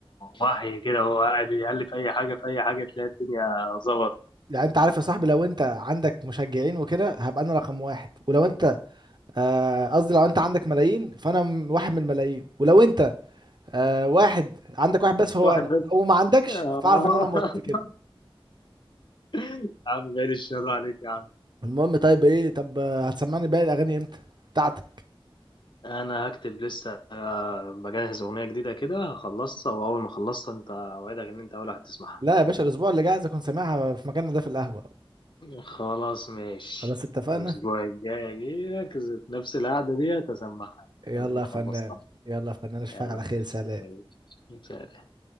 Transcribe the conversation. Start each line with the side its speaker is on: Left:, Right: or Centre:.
Left: وحي كده وهو قاعد يقلب في اي حاجه في اي حاجه تلاقي الدنيا ظبط
Right: يعني انت عارف يا صاحبي لو انت عندك مشجعين وكده هبقى انا رقم واحد ولو انت آه، قصدي لو انت عندك ملايين فانا م- واحد من الملايين ولو انت آه، واحد عندك واحد بس فهو
Left: واحد
Right: انا
Left: بس
Right: لو ما عندكش
Left: آه.
Right: فاعرف ان انا مت
Left: <laughs>
Right: كده
Left: يا عم بعيد الشر عليك يا عم
Right: المهم طيب ايه طب آه، هتسمعني باقي الاغاني امتى بتاعتك
Left: انا هكتب لسه بجهز اغنيه جديده كده هخلصها واول ما اخلصها انت اوعدك ان انت اول واحد تسمعها
Right: لا يا باشا الاسبوع اللي جاي عايز اكون سامعها في مكاننا ده في القهوة
Left: خلاص ماشي
Right: خلاص اتفقنا
Left: الأسبوع الجاي أجيلك نفس القعدة دي أسمعها
Right: يلا
Left: أكون
Right: يا
Left: خلصتها
Right: فنان يلا يا فنان اشوفك
Left: يلا
Right: على خير
Left: يا باشا
Right: سلام
Left: يلا يا باشا.